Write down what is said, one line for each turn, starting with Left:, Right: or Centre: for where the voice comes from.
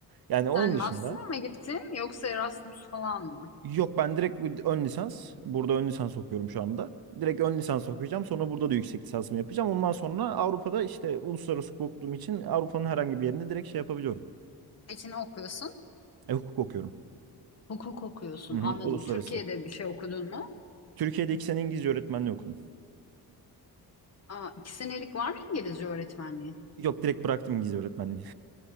Right: Yani
Left: Sen
Right: onun dışında
Left: master'a mı gittin yoksa Erasmus falan mı?
Right: Yok ben direkt bir ön lisans. Burada ön lisans okuyorum şu anda. Direkt ön lisans okuyacağım. Sonra burada da yüksek lisansımı yapacağım. Ondan sonra Avrupa'da işte uluslararası hukuk okuduğum için Avrupa'nın herhangi bir yerinde direkt şey yapabiliyorum.
Left: Peki ne okuyorsun?
Right: E, hukuk okuyorum.
Left: Hukuk okuyorsun.
Right: Hı hı,
Left: Anladım.
Right: uluslararası.
Left: Türkiye'de bir şey okudun mu?
Right: Türkiye'de iki sene İngilizce öğretmenliği okudum.
Left: Aa, iki senelik var mı İngilizce öğretmenliği?
Right: Yok direkt bıraktım İngilizce öğretmenliği.